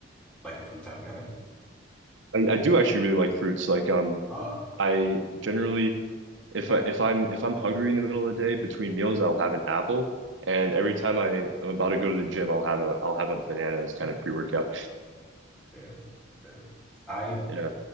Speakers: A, in the centre; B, on the right (about 65°).
A: like a fruit type of guy?
B: I, I do actually really like fruits. Like um
A: Oh.
B: I generally if I if I'm if I'm hungry in the middle of the day between meals, I'll have an apple. And every time I, I'm about to go to the gym, I'll have a I'll have a banana as kind of pre-workout.
A: Fair, fair. I
B: Yeah.